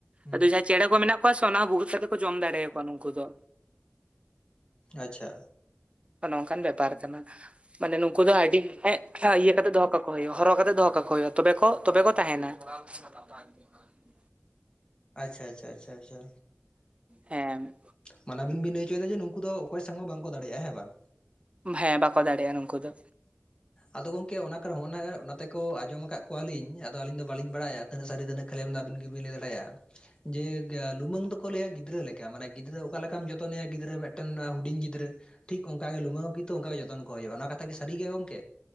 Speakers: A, on the left; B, on the right.
A: ᱦᱩᱸ
B: ᱟᱫᱚ ᱪᱮᱸᱬᱮ ᱠᱚ ᱢᱮᱱᱟᱜ ᱠᱚᱣᱟ ᱥᱮ ᱚᱱᱟ ᱦᱚᱸ ᱵᱷᱩᱜᱤ <unintelligible> ᱠᱟᱛᱮᱫ ᱠᱚ ᱡᱚᱢ ᱫᱟᱲᱮᱭ ᱟᱠᱚᱣᱟ ᱱᱩᱠᱩ ᱫᱚ᱾
A: ᱟᱪᱪᱷᱟ,
B: ᱱᱚᱝᱠᱟᱱ ᱵᱮᱯᱟᱨ ᱠᱟᱱᱟ ᱢᱟᱱᱮ ᱱᱩᱠᱩ ᱫᱚ ᱟᱰᱤ ᱦᱮᱸ ᱤᱭᱟᱹ ᱠᱟᱛᱮ ᱫᱚᱦᱚ ᱠᱟᱠᱚ ᱦᱩᱭᱩᱜᱼᱟ ᱦᱚᱨᱚ ᱠᱟᱛᱮᱜ ᱫᱚᱦᱚ ᱠᱟᱠᱚ ᱦᱩᱭᱩᱜᱼᱟ ᱛᱚᱵᱮ ᱠᱚ ᱛᱚᱵᱮ ᱠᱚ ᱛᱟᱦᱮᱸᱱᱟ᱾ ᱟ <inaudible>
A: ᱟᱪᱪᱷᱟ ᱟᱪᱪᱷᱟ ᱟᱪᱪᱷᱟ ᱟᱪᱪᱷᱟ,
B: ᱦᱮᱸ,
A: ᱢᱟᱱᱮ ᱟᱹᱵᱤᱱ ᱵᱤᱱ ᱞᱟᱹᱭ ᱦᱚᱪᱚᱭᱮᱫᱟ ᱡᱮ ᱱᱩᱠᱩ ᱫᱚ ᱚᱠᱚᱭ ᱥᱟᱝ ᱦᱚᱸ ᱵᱟᱝᱠᱚ ᱫᱟᱲᱮᱭᱟᱜᱼᱟ ᱦᱮᱸ ᱵᱟᱝ᱾
B: ᱦᱮᱸ ᱵᱟᱠᱚ ᱫᱟᱲᱮᱭᱟᱜᱼᱟ ᱱᱩᱠᱩ ᱫᱚ᱾
A: ᱟᱫᱚ ᱜᱚᱢᱠᱮ ᱚᱱᱟ ᱠᱟᱨ ᱦᱚᱸᱜ <unintelligible> ᱚᱱᱟ ᱛᱮᱠᱚ ᱟᱸᱡᱚᱢ ᱟᱠᱟᱫ ᱠᱚᱣᱟᱞᱤᱧ ᱟᱫᱚ ᱟᱹᱞᱤᱧ ᱫᱚ ᱵᱟᱹᱞᱤᱧ ᱵᱟᱲᱟᱭᱟ᱾ ᱛᱤᱱᱟᱹᱜ ᱥᱟᱹᱨᱤ ᱛᱤᱱᱟᱹᱜ ᱠᱷᱟᱹᱞᱤ ᱫᱚ <unintelligible> ᱟᱹᱵᱤᱱ ᱜᱮ ᱵᱤᱱ ᱞᱟᱹᱭ ᱫᱟᱲᱮᱭᱟᱜᱼᱟ᱾ ᱡᱮ ᱞᱩᱢᱟᱹᱝ ᱫᱚᱠᱚ ᱞᱟᱹᱭᱟ ᱜᱤᱫᱽᱨᱟᱹ ᱞᱮᱠᱟ ᱢᱟᱱᱮ ᱜᱤᱫᱽᱨᱟᱹ ᱚᱠᱟ ᱞᱮᱠᱟᱢ ᱡᱚᱛᱚᱱᱮᱭᱟ ᱜᱤᱫᱽᱨᱟᱹ ᱢᱤᱫᱴᱮᱱ ᱦᱩᱰᱤᱧ ᱜᱤᱫᱽᱨᱟᱹ ᱴᱷᱤᱠ ᱚᱱᱠᱟ ᱜᱮ ᱞᱩᱢᱟᱹᱝ ᱦᱚᱸᱠᱤᱱᱛᱩ ᱚᱱᱠᱟ ᱜᱮ ᱡᱚᱛᱚᱱ ᱠᱚ ᱦᱩᱭᱩᱜᱼᱟ᱾ ᱚᱱᱟ ᱠᱟᱛᱷᱟ ᱠᱤ ᱥᱟᱹᱨᱤ ᱜᱮ ᱜᱚᱝᱠᱮ?